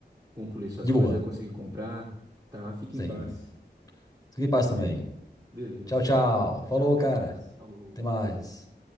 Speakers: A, on the right (about 20°); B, on the left (about 20°).
A: concluir suas
B: De
A: coisas,
B: boa.
A: vai conseguir comprar, tá? Fique
B: Sim.
A: em paz.
B: Sem, sem paz
A: Perfeito?
B: também.
A: Beleza.
B: Tchau, tchau.
A: Tchau,
B: Falou,
A: tchau, até
B: cara.
A: mais. Falou.
B: Até mais.